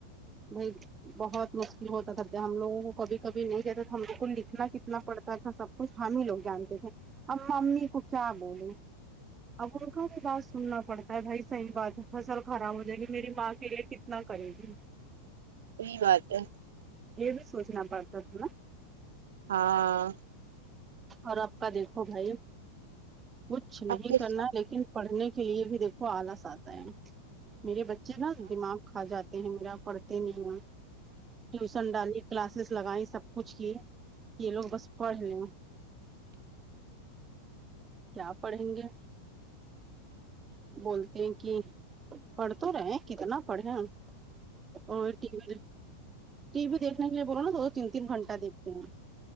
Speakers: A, on the right (about 20°); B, on the right (about 60°).
A: وہائی بہت مشکل ہوتا تھا جب ہم لوگ کو کبھی کبھی نہیں کہتا تھا ہم لگ کو لکھنا کتنا پڑتا تھا سب کچھ ہم ہی لوگ جانتے تھے ا امی کو کیا بولوں اب ان کا بھی بات سننا پڑتا ہے بھائی صحیح بات ہے فصل خراب ہو جائے گی میری ماں کے لیے ک کتنا کرے گی
B: صحیح بات ہے
A: یہ بھی سوچنا پڑتا تھا نا
B: ہاں
A: اور آپ کا دیکھو بھائی کچھ نہیں
B: آپ کس
A: کرنا لیکن پڑھنے کے لیے بھی دیکھو آلس آتا ہے میرے بچے نا دماغ کھا جاتے ہیں میرا پڑھتے نہیں ٹیوشن ڈالی کلاسز لگائییں سب کچھ کی یہ لوگ بس پڑھ لے کیا پڑھیں گے بولتی ہیں کہ پڑھ تو رہے کتنا پڑھے ہم اور ٹی وی ٹی وی دیکھنے کے لیے بولو نا دو تین تین گھنٹ دیکھتے ہیں